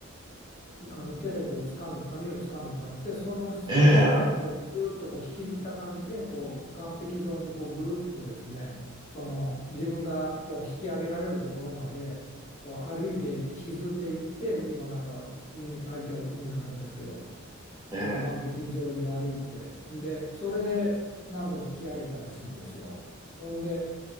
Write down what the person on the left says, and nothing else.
あの手でこう掴んで網を掴んでもらってその、その人をこうずーっとこう引きずった感じでこう岸壁沿いにこうぐるっとですねその自分がこう引き上げられるところまでこう歩いて引きずっていって海の中海相手は海の中ですけど
その岸壁沿いを歩いてでそれでなんとか引き上げたらしいんですよ。ほんで